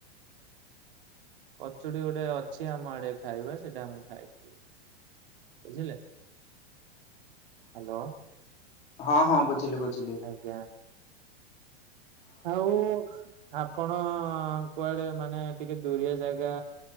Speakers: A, on the right; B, on the left.
A: କଚୁଡି ଗୋଟେ ଅଛି ଆମ ଆଡିଆ ଖାଇବା ସେଇଟା ମୁଁ ଖାଇଥିଲି। ବୁଝିଲେ ହ୍ୟାଲୋ।
B: ହଁ ହଁ ବୁଝିଲି ବୁଝିଲି।
A: ଆଜ୍ଞା। ଆଉ ଆପଣ କୁଆଡେ ମାନେ ଟିକେ ଦୁରିଆ ଜାଗା